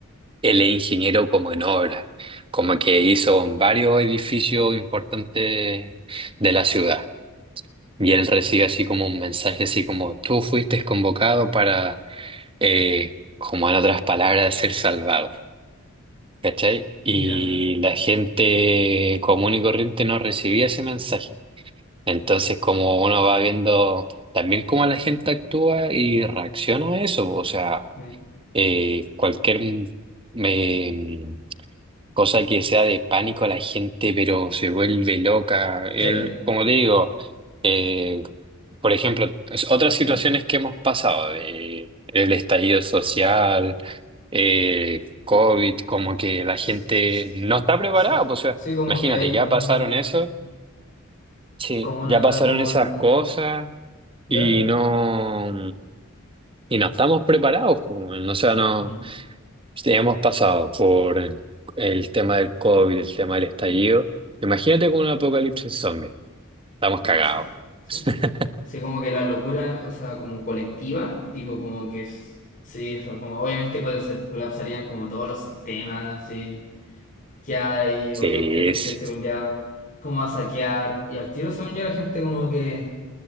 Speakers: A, on the right (about 25°); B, on the left (about 40°).
A: Él es ingeniero como en obras, como que hizo varios edificios importantes de la ciudad. Y él recibe así como un mensaje, así como tú fuiste convocado para, eh, como en otras palabras, ser salvado. ¿Cachai? Y
B: Ya.
A: la gente común y corriente no recibía ese mensaje. Entonces, como uno va viendo también cómo la gente actúa y reacciona a eso, o sea,
B: eh,
A: eh, cualquier... mm, em, cosa que sea de pánico a la gente, pero se vuelve loca. Él,
B: Sí.
A: como te digo, eh, por ejemplo, es- otras situaciones que hemos pasado, de, el estallido social, eh, COVID, como que la
B: s-
A: gente
B: Sí,
A: no está preparada.
B: sí,
A: Pues, o sea,
B: sí, como
A: imagínate,
B: que hay
A: ya
B: como
A: pasaron
B: una,
A: eso, sí,
B: como una,
A: ya pasaron
B: como
A: esas
B: locura.
A: cosas
B: ¿Ya?
A: y no, y no estamos preparados. pues, O sea, no.
B: Mm,
A: Sí, Hemos pasado por el, el tema del COVID, el tema del estallido. Imagínate con un apocalipsis zombie. Estamos cagados.
B: Ah, sí, sí.
A: <laughs>
B: Sí, como que la locura, o sea, como colectiva, tipo como que es, sí, o sea, como obviamente colapsa- colapsarían como todos los sistemas, sí que hay,
A: Sí,
B: obviamente la gente
A: sí.
B: se volvía como a saquear, y al tiro según yo la gente como que,